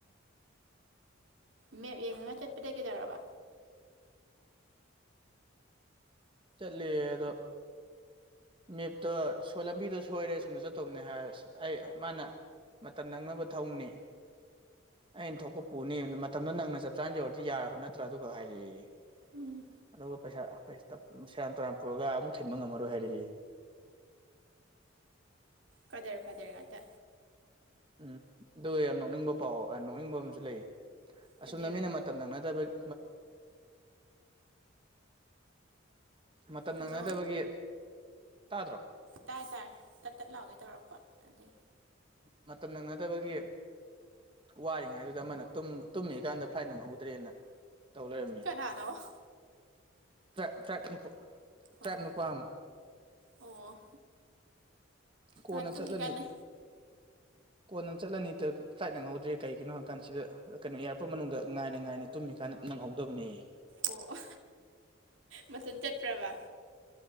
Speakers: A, on the right (about 70°); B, on the right (about 25°).
A: ꯃꯦꯞ ꯌꯦꯡꯉꯒ ꯆꯠꯄꯗꯩ ꯀꯩꯗꯧꯔꯕ
B: ꯆꯠꯂꯦ ꯑꯗꯣ ꯃꯦꯞꯇꯣ ꯁꯣꯢ ꯂꯝꯕꯤꯗꯣ ꯁꯣꯏꯔꯦ ꯁꯣꯝꯗ ꯆꯠꯇꯧꯕꯅꯦ ꯍꯥꯏꯔꯁꯨ ꯑꯩ ꯃꯥꯅ ꯃꯇꯝ ꯅꯪꯅꯕ ꯊꯧꯅꯦ ꯑꯩꯅ ꯊꯣꯛꯄ ꯄꯨꯅꯤ ꯃꯇꯝꯗꯣ ꯅꯪꯅ ꯆꯞ ꯆꯥꯅ ꯌꯧꯔꯗꯤ ꯌꯥꯔꯕ ꯅꯠꯇ꯭ꯔꯥ ꯑꯗꯨꯈꯥꯛ ꯍꯥꯏꯔꯛꯑꯦ
A: ꯎꯝ
B: ꯑꯗꯨꯒ ꯄꯩꯁꯥ ꯁꯦꯔꯥꯟ ꯇꯨꯔꯥꯟ ꯄꯨꯔꯒ ꯑꯃꯨꯛ ꯊꯤꯟꯕ ꯉꯝꯃꯔꯣꯏ ꯍꯥꯏꯔꯛꯑꯦꯌꯦ
A: ꯀꯥꯗꯔ ꯐꯥꯗꯔ ꯉꯥꯛꯇ
B: ꯎꯝ ꯑꯗꯨꯒ ꯌꯥꯝ ꯅꯣꯛꯅꯤꯡꯕ ꯄꯥꯎ ꯅꯣꯛꯅꯤꯡꯕ ꯑꯃꯁꯨ ꯂꯩꯌꯦ ꯑꯁꯨꯝꯅ
A: ꯀꯩꯗꯩꯕ
B: ꯃꯤꯅ ꯃꯇꯝ ꯅꯪꯅꯗꯕꯒꯤ ꯃꯇꯝ
A: ꯍꯜꯂꯣ
B: ꯅꯪꯅꯗꯕꯒꯤ ꯇꯥꯗ꯭ꯔꯣ
A: ꯇꯥꯏ ꯇꯥꯔ ꯇꯠ ꯇꯠ ꯂꯥꯎꯒꯦ ꯇꯧꯔꯛꯄ ꯑꯗꯨꯒꯤ
B: ꯃꯇꯝ ꯅꯪꯅꯗꯕꯒꯤ ꯋꯥꯔꯤꯉꯩꯗꯨꯗ ꯑꯃꯅ ꯇꯨꯝꯃꯤꯀꯥꯟꯗ ꯐ꯭ꯂꯥꯏꯠ ꯅꯪꯍꯧꯗ꯭ꯔꯦꯅ ꯇꯧ ꯂꯩꯔꯝꯃꯦ
A: ꯅꯅꯥꯅꯣ <unintelligible>
B: ꯇ꯭ꯔꯥꯞ ꯇ꯭ꯔꯥꯞ ꯅꯨ ꯇ꯭ꯔꯥꯞ
A: ꯑꯣ
B: ꯄꯨꯄꯥ ꯑꯃ
A: ꯑꯣ
B: ꯀꯣꯟꯅ
A: ꯃꯥ ꯇꯨꯝꯃꯤ
B: ꯆꯠꯂꯅꯤ
A: ꯀꯥꯟꯗ
B: ꯀꯣꯟꯅ ꯆꯠꯂꯅꯤ ꯐ꯭ꯂꯥꯏꯠ ꯅꯪꯍꯧꯗ꯭ꯔꯦ ꯀꯩꯒꯤꯅꯣ ꯍꯪꯑꯀꯥꯟꯁꯤꯗ ꯀꯩꯅꯣ ꯏꯌꯥꯔꯄꯣꯔꯠ ꯃꯅꯨꯡꯗ ꯉꯥꯏꯅ ꯉꯥꯏꯅ ꯇꯨꯝꯃꯤ ꯀꯥꯟꯗ ꯅꯪꯍꯧꯗꯕꯅꯦꯍꯦ
A: ꯑꯣ ꯃꯊꯥꯟ ꯆꯠꯄ꯭ꯔꯕꯥ